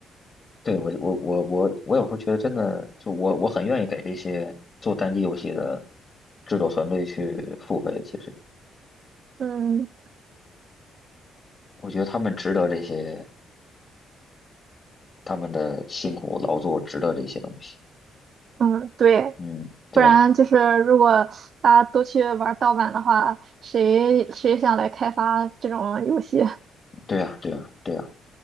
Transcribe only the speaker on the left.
对，我我我我我有时候觉得真的，就我我很愿意给这些做单机游戏的制作团队去付费。其实
我觉得他们值得这些，他们的辛苦劳作值得这些东西。
嗯，对吧？
对啊，对啊，对啊。